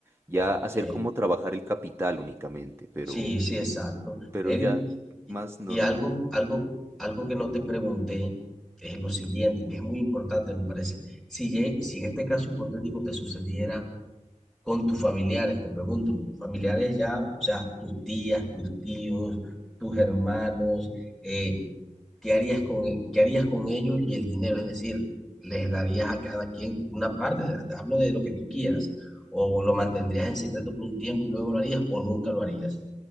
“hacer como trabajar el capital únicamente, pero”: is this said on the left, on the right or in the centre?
Right